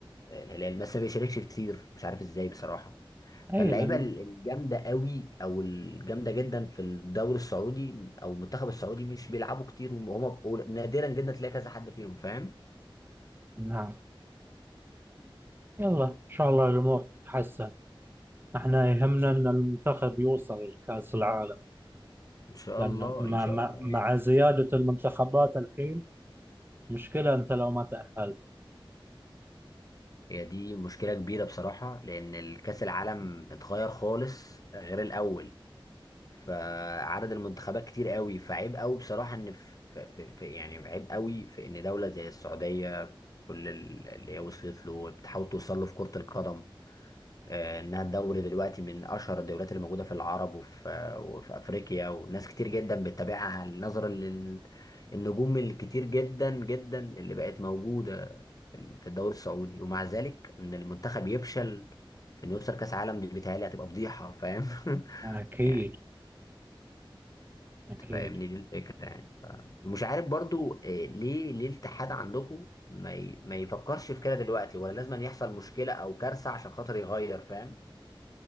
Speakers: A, on the left; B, on the right.
A: آه، الهلال بس ما بيشاركش كتير مش عارف ازاي بصراحه
B: اي
A: فاللعيبه
B: لان
A: ال- الجامده قوي او الجامده جدا في الدوري السعودي او المنتخب السعودي مش بيلعبوا كتير وهم نادرا جدا تلاقي كذا حد فيهم فاهم
B: نعم يلا ان شاء الله الامور تتحسن احنا يهمنا ان المنتخب يوصل لكأس العالم
A: ان شاء
B: لان
A: الله
B: مع
A: ان شاء
B: مع
A: الله
B: مع
A: يعني
B: زياده المنتخبات الحين مشكلة أنت لو ما تأهلت
A: هي دي مشكله كبيره بصراحه لان الكاس العالم اتغير خالص غير الاول فعدد المنتخبات كتير قوي فعيب قوي بصراحة ان في, في, في يعني عيب قوي في ان دولة زي السعودية كل ال- اللي هي وصلت له بتحاول توصل له في كرة القدم آه، انها الدوري دلوقتي من اشهر الدوريات اللي موجودة في العرب وفي آه، وفي افريقيا وناس كتير جدا بتتابعها نظرا للنجوم الكتير جدا جدا اللي بقت موجودة في في الدوري السعودي ومع ذلك ان المنتخب يفشل في انه يوصل كاس عالم دي بيتهيألي هتبقى فضيحة فاهم <laughs>
B: أكيد
A: يعني
B: أكيد
A: تفهمني دي الفكرة يعني ف... ومش عارف برضو آه، ليه ليه الاتحاد عندكم ما ي... ما يفكرش في كده دلوقتي ولا لازم أن يحصل مشكلة او كارثة عشان خاطر يغير فاهم